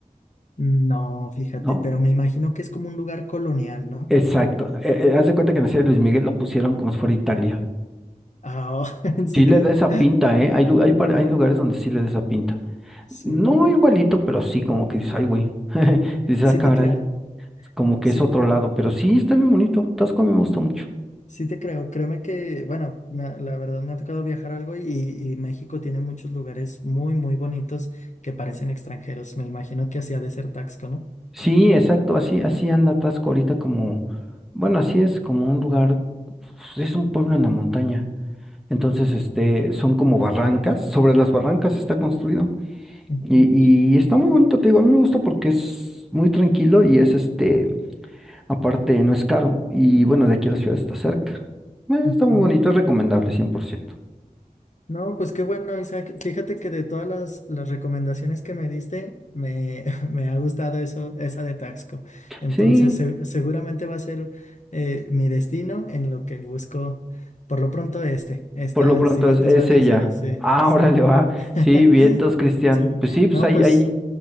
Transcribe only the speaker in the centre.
¿no?
Exacto. Eh, eh, haz de cuenta que en la serie de Luis Miguel lo pusieron como si fuera Italia.
Sí le da esa pinta, ¿eh? Hay, lu- hay, par- hay lugares donde sí le da esa pinta.
No igualito, pero sí como que dices, ay, güey. <laughs> Dices,
ah, caray,
como que
es otro lado. Pero sí, está bien bonito. Tasco a mí me gusta mucho.
Sí, exacto, así, así anda Tasco ahorita como, bueno, así es, como un lugar, pues, es un pueblo en la montaña. Entonces, este, son como barrancas, sobre las barrancas está construido.
Y, y está muy bonito, te digo, a mí me gusta porque es muy tranquilo y es este, aparte no es caro. Y bueno, de aquí a la ciudad está cerca. Eh,
está muy bonito, es recomendable 100%.
Sí,
por lo pronto
es, es
ella.
<laughs> Ah,
órale, va. Sí,
vientos, Cristian.
Pues sí, pues
ahí,
ahí,